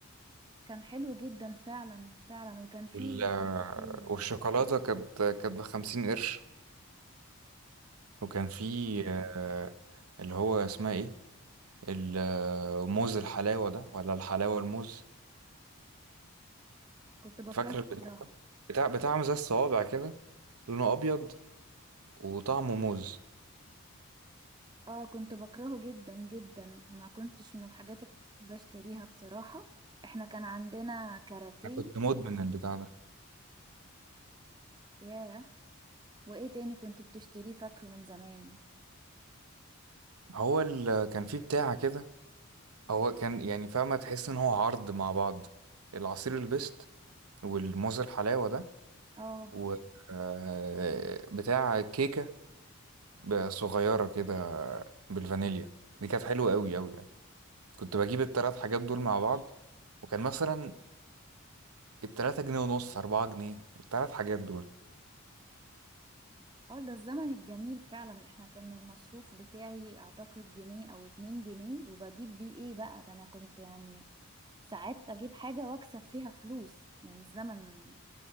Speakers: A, on the right; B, on the right.
A: كان حلو جدا فعلا فعلا وكان فيه
B: وال...
A: فضيلة.
B: والشوكولاتة كانت كانت بخمسين قرش وكان في آه، اللي هو اسمها ايه الموز الحلاوة ده ولا الحلاوة الموز
A: كنت بكرهه
B: فاكر البتاع
A: بصراحة
B: بتاع بتاع زي الصوابع كده لونه أبيض وطعمه موز
A: اه كنت بكرهه جدا جدا ما كنتش من الحاجات اللي بشتريها بصراحة احنا كان عندنا كاراتيه
B: أنا كنت مدمن البتاع ده
A: ياه وايه تاني كنت بتشتريه فاكره من زمان
B: هو ال... كان في بتاع كده هو كان يعني فاهمة تحس إن هو عرض مع بعض العصير البيست والموز الحلاوة ده
A: اه
B: و آه، بتاع كيكة بقى صغيرة كده بالفانيليا دي كانت حلوة أوي أوي يعني كنت بجيب التلات حاجات دول مع بعض وكان مثلا التلاتة جنيه ونص أربعة جنيه التلات حاجات دول
A: اه ده الزمن الجميل فعلا احنا كان المصروف بتاعي اعتقد جنيه او اتنين جنيه وبجيب بيه ايه بقى ده انا كنت يعني ساعات اجيب حاجة واكسب فيها فلوس يعني الزمن